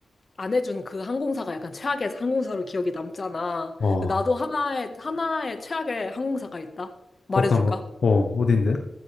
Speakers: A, on the left; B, on the left.
A: 안 해준 그 항공사가 약간 최악의 항공사로 기억이 남잖아
B: 어,
A: 근데 나도 하나의 하나의 최악의 항공사가 있다 말해줄까?
B: 어떤 거? 어, 어딘데?